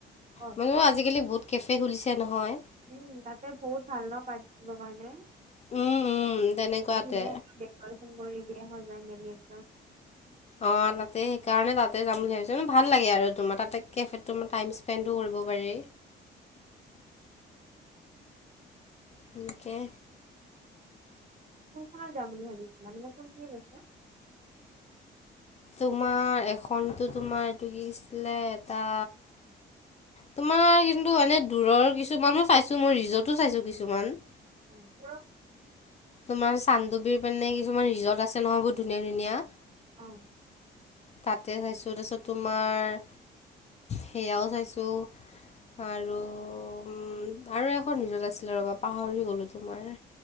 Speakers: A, on the right (about 35°); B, on the left (about 35°).
A: অ
B: মানুহে আজি-কালি বহুত কেফে খুলিছে নহয়।
A: উম, তাতে বহুত ভাল ন' পাৰ্টি দিব কাৰণে?
B: উম, উম, তেনেকুৱাতে।
A: আৰু ধুনীয়াকে ডেক'ৰেচন কৰি দিয়ে সজায়-মেলি একদম।
B: অ', তাতে সেইকাৰণে তাতে যাম বুলি ভাবিছোঁ। ম' ভাল লাগে আৰু তোমাৰ তাতে কেফেত তোমাৰ টাইম স্পেণ্ডো কৰিব পাৰি। সেনেকে
A: কোনখনত যাম বুলি ভাবিছিলা? মানে কোনখিনিত আছে?
B: তোমাৰ এখনতো তোমাৰ এইটো কিছিলে এটা তোমাৰ কিন্তু এনে দূৰৰ কিছুমানো চাইছো মই ৰিজৰ্টো চাইছো কিছুমান।
A: <unintelligible>
B: তোমাৰ চানদুবীৰ পানে কিছুমান ৰিজৰ্ট আছে নহয় বহুত ধুনীয়া-ধুনীয়া।
A: অ'।
B: তাতে চাইছো, তাছত তোমাৰ সেইয়াও চাইছোঁ আৰু উম্ আৰু এখন ৰিজত আছিলে ৰ'বা পাহৰি গ'লো তোমাৰ।